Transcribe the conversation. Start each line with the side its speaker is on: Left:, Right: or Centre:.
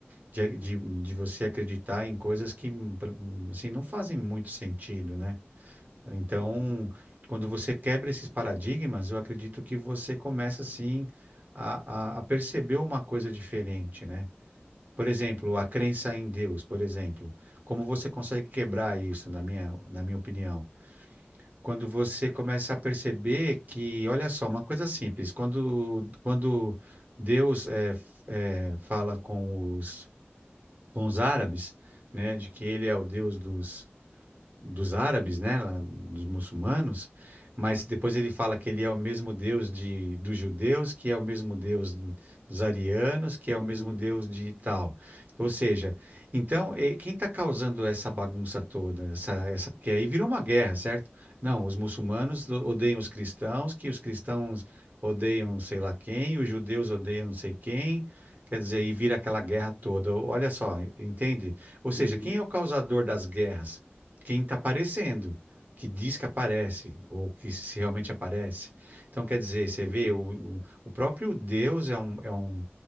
Right: de,
Left: uhum,
Right: de, de você acreditar em coisas que assim, não fazem muito sentido, né? Então,
Left: uhum,
Right: quando você quebra esses paradigmas, eu acredito que você começa assim a, a, a perceber uma coisa diferente, né? Por exemplo, a crença em Deus, por exemplo. Como você consegue quebrar isso, na minha, na minha opinião? Quando você começa a perceber que, olha só, uma coisa simples, quando, quando Deus eh, f- eh, fala com os com os árabes, né, de que ele é o Deus dos dos árabes, né, lá, dos muçulmanos, mas depois ele fala que ele é o mesmo Deus de, dos judeus, que é o mesmo Deus dos arianos, que é o
Left: uhum,
Right: mesmo Deus de tal. Ou seja, então, eh, quem está causando essa bagunça toda? Essa, essa, porque aí virou uma guerra, certo? Não, os muçulmanos o- odeiam os cristãos, que os cristãos odeiam não sei lá quem, os judeus odeiam não sei quem. Quer dizer, e vira aquela guerra toda. Olha só, entende? Ou seja,
Left: uhum,
Right: quem é o causador das guerras? quem está aparecendo, que diz que aparece, ou que se realmente aparece. Então, quer dizer, você vê,
Left: uhum.
Right: o, o o próprio Deus é um, é um,